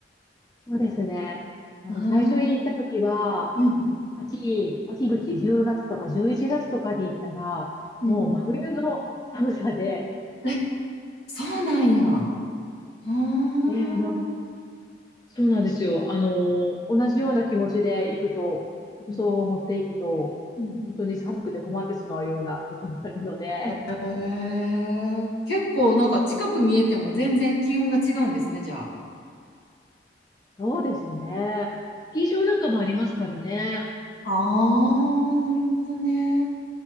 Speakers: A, on the left (about 20°); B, on the left (about 65°).
A: そうですね。あの、
B: ああー、
A: 最初に行った時は、
B: うん
A: 秋、秋口10月とか11月とかに行ったら、
B: うん
A: もう真冬の寒さで、
B: え、そうなんや。ああ。うん
A: えーあの、そうなんですよ。あのー、同じような気持ちで行くと、服装を持っていくと、
B: うん
A: 本当に寒くて困ってしまうような時もあるので、
B: へえ結構なんか近く見えても全然気温が違うんですね、じゃあ。
A: そうですね。スキー場なんかもありますからね。
B: ああ、なるほどね。